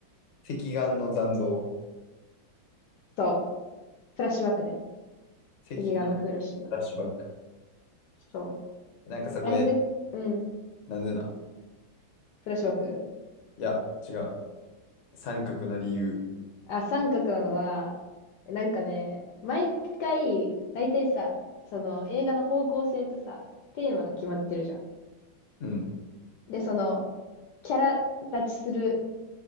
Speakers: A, on the left; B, on the left.
A: 隻眼の残像。
B: そう。フラッシュバックね。
A: 隻フ
B: 赤眼のフラッシュバック。
A: ラッシュバック。
B: そう。
A: なんかさ、これ、
B: なんで、うん。
A: なんでな
B: フラッシュバック
A: いや、違う。三角な理由。
B: あ、三角なのは、なんかね、毎回、だいたいさ、その映画の方向性とさ、テーマが決まってるじゃん。
A: うん、
B: で、その、キャラ立ちする